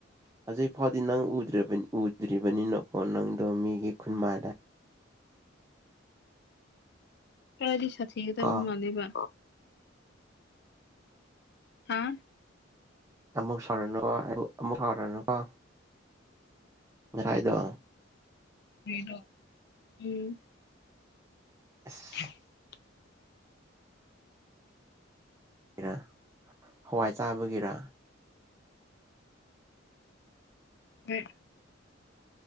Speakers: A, on the right (about 15°); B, on the left (about 55°).
A: ꯍꯧꯖꯤꯛ ꯐꯥꯎꯗꯤ ꯅꯪꯗ꯭ ꯎꯗ꯭ꯔꯤꯕꯅꯤꯅꯀꯣ ꯅꯪꯗꯣ ꯃꯤꯒꯤ ꯈꯨꯟꯃꯥꯏꯗ
B: ꯈꯔ ꯁꯊꯗꯃꯕ
A: ꯀꯣ
B: ꯍꯥ
A: ꯑꯃꯨꯛ ꯁꯥꯎꯔꯅꯨꯀꯣ ꯑꯃꯨꯛ ꯁꯥꯎꯔꯅꯨꯀꯣ ꯉꯥꯏꯗ
B: ꯅꯣ ꯎꯝ <unintelligible>
A: ꯑꯁ ꯒꯤꯔ ꯍꯋꯥꯏ ꯆꯥꯕꯒꯤꯔ
B: ꯎ